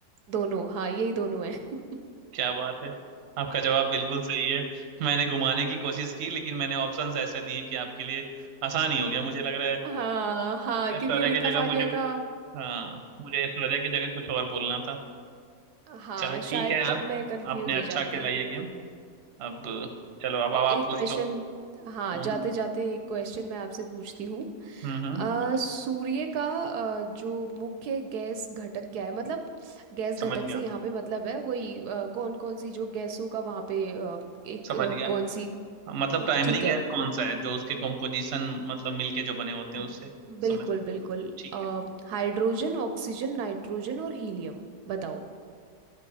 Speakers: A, on the right; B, on the right.
A: दोनों हाँ यही दोनों है <laughs>
B: क्या बात है आपका जवाब बिल्कुल सही है मैंने घुमाने की कोशिश की लेकिन मैंने ऑप्शंस ऐसे दिए कि आपके लिए आसान ही हो गया मुझे लग रहा है
A: हाँ हाँ क्योंकि
B: ऐश्वर्या
A: रीता
B: की जगह
A: फारिया
B: मुझे कुछ
A: का
B: हाँ मुझे ऐश्वर्या की जगह कुछ और बोलना था
A: हाँ
B: चलो ठीक
A: शायद
B: है यार
A: तब मैं कंफ्यूज
B: आपने
A: हो
B: अच्छा
A: जाती
B: खेला ये गेम अब चलो अब अब आप
A: एक
B: पूछ
A: क्वेश्चन
B: लो
A: हाँ
B: हम्म
A: जाते जाते एक क्वेश्चन मैं आपसे पूछती हूँ
B: हम्म हम्म
A: अ,
B: हम्म।
A: सूर्य का अ, जो मुख्य गैस घटक क्या है मतलब गैस
B: समझ
A: घटक
B: गया
A: से यहाँ पे मतलब है वही कौन कौन सी जो गैसों का वहाँ पे अ, एक
B: समझ
A: अ,
B: गया
A: कौन सी
B: मतलब
A: हाँ,
B: प्राइमरी
A: ठीक है
B: गैस कौन सा है जो उसके कंपोजिशन मतलब मिलके जो बने होते हैं
A: ब-
B: उससे
A: बिल्कुल
B: समझ गया
A: बिल्कुल
B: ठीक
A: अ,
B: है ठीक
A: हाइड्रोजन ऑक्सीजन नाइट्रोजन और हीलियम बताओ